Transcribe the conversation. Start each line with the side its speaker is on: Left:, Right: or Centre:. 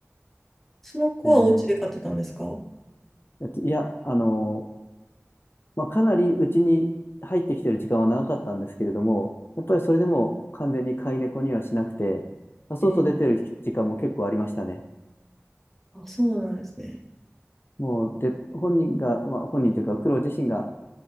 Centre: その子はお家で買ってたんですか
Left: えーえっと、いや、あの、まあ、かなりうちに入ってきてる時間は長かったんですけれども、やっぱりそれでも完全に飼い猫にはしなくて、まあ、外出てる時間も結構ありましたね。
Centre: えー、あ、そうなんですね。
Left: もう、で、本人が、まあ、本人というか、黒自身が